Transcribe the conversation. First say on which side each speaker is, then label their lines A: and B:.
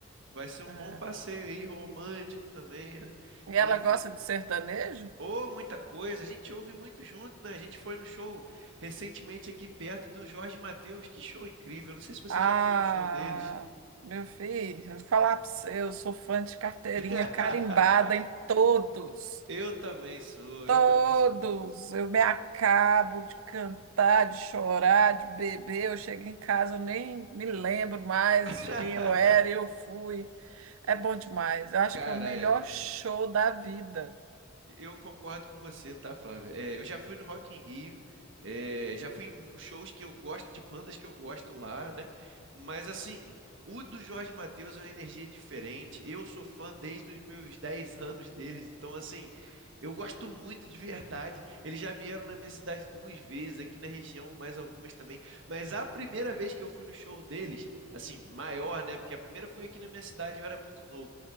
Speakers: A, on the right (about 60°); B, on the right (about 75°).
A: Vai ser um
B: Ah,
A: bom passeio
B: é.
A: aí, romântico também, né?
B: E ela
A: Enfim.
B: gosta de sertanejo?
A: Ô, muita coisa. A gente ouve muito junto, né? A gente foi no show recentemente aqui perto do Jorge Mateus. Que show incrível. Não sei se você
B: Ah,
A: já foi no show deles.
B: meu filho, eu vou falar pra você, eu sou fã de carteirinha
A: <laughs>
B: carimbada em todos.
A: Eu também sou,
B: Todos,
A: eu também sou.
B: eu me acabo de cantar, de chorar, de beber. Eu chego em casa, eu nem me lembro mais
A: <laughs>
B: quem eu era e eu fui. É bom demais. Eu acho
A: Cara,
B: que é o melhor
A: é.
B: show da vida.
A: Eu concordo com você, tá, Flávia? É, eu já fui no Rock in Rio, é, já fui em shows que eu gosto, de bandas que eu gosto lá, né? Mas assim, o do Jorge Mateus é uma energia diferente. Eu sou fã desde os meus 10 anos deles, então assim, eu gosto muito de verdade. Eles já vieram na minha cidade duas vezes, aqui na região, mais algumas também. Mas a primeira vez que eu fui no show deles, assim, maior, né? Porque a primeira foi aqui na minha cidade, eu era muito novo.